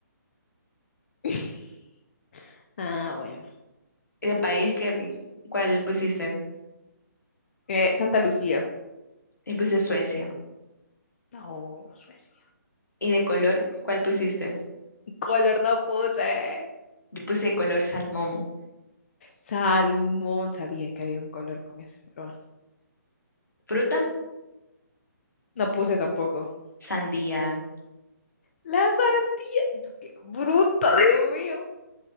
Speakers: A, on the left (about 40°); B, on the left (about 75°).
A: <laughs> Ah, bueno.
B: Y de país, que, mm, ¿cuál pusiste?
A: Eh, Santa Lucía.
B: Yo puse Suecia.
A: No, Suecia.
B: ¿Y de color, cuál pusiste?
A: Color no puse.
B: Yo puse color salmón.
A: Salmón. Sabía que había un color con eso, pero bueno.
B: Fruta,
A: No puse tampoco.
B: sandía.
A: La sandía. No, qué bruto, Dios mío.